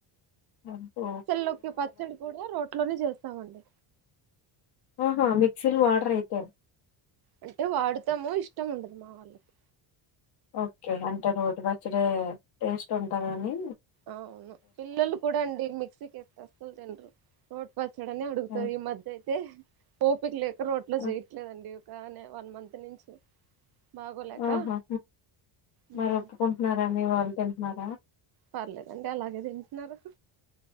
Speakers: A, on the left; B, on the right.
A: వంటో
B: లోకి పచ్చడి కూడా రోట్ లోనే చేస్తాం. మండి
A: ఆహా మిక్సీల్ వాడ్రా అయితే.
B: అంటే వాడుతాము. ఇష్టం ఉండదు మా వాళ్ళకి.
A: ఓకే అంటే రోటి పచ్చడి టేస్ట్ ఉంటాదని.
B: అవును పిల్లలు కూడా అండి. మిక్సీకి ఇస్తేసలు తిన్రు. రోట్ పచ్చడనే అడుగుతారు
A: హ్మ్.
B: ఈ మధ్య అయితే. ఓపిక లేక్ రోట్ లో
A: హ్మ్.
B: చేయట్లేదండి. కానే వన్ మంత్ నుంచి. బాగోలేక
A: ఆహా
B: ఉమ్,
A: మరి ఒప్పుకుంట్న్రా మీ వాళ్ త్ మాదా
B: పర్లేదండి అలాగే తింటున్నారు.